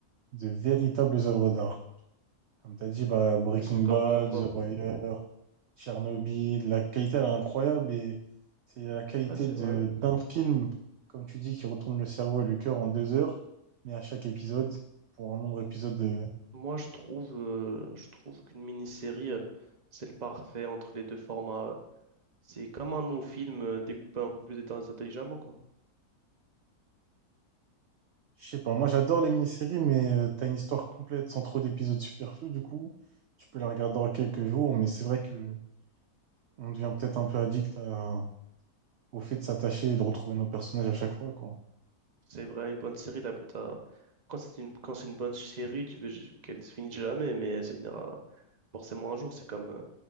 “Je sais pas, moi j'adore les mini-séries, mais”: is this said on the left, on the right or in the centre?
Right